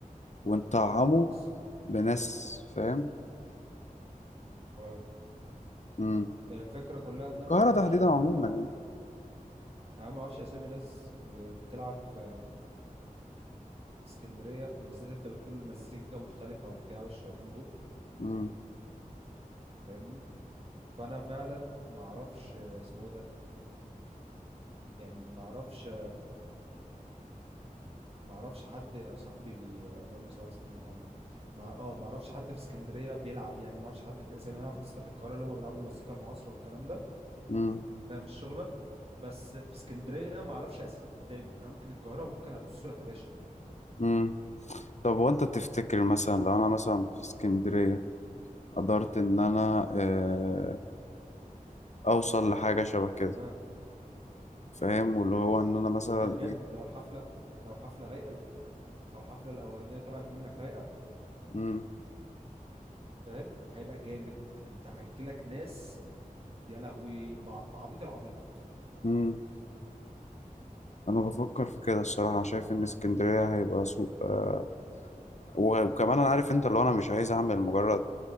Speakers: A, on the left; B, on the right.
A: ونطعمه
B: بس
A: بناس فاهم
B: من القاهره
A: امم
B: هي الفكره كلها ان
A: القاهره
B: انا ما اعرفش
A: تحديدا
B: يعني
A: عموما
B: ما اعرف
A: يعني
B: يعني أنا ما اعرفش اسامي ناس ب- بتلعب في في اسكندريه وبالذات انت بتقول المزيكا مختلفه وبتاع والشويتين دول
A: امم
B: فاهمني فانا فعلا ما اعرفش اسمه إيه ده يعني ما اعرفش ما اعرفش حد يا صاحبي بي... اللهم صل على سيدنا محمد ما اه ما اعرفش حد في اسكندريه بيلعب يعني ما اعرفش حد في الاسامي انا اعرف ناس بتاعت القاهره اللي هم بيلعبوا المزيكا المعاصره والكلام ده
A: امم
B: فاهم الشغله بس في اسكندريه ما اعرفش اسامي يعني ممكن القاهره ممكن ارص لك يا باشا
A: امم طب وانت تفتكر مثلا لو انا مثلا في اسكندريه قدرت ان انا آه، اوصل لحاجه شبه كده
B: اه
A: فاهم واللي هو ان انا مثلا
B: هيبقى جامد لو الحفله لو الحفله رايقه لو الحفله الاولانيه طلعت منك رايقه
A: مم.
B: فاهم هيبقى جامد انت هيجي لك ناس يا لهوي بع- بعبيط العبيط
A: مم. انا بفكر في كده الصراحه شايف ان اسكندريه هيبقى سوق آه و- وكمان انا عارف انت اللي هو انا مش عايز اعمل مجرد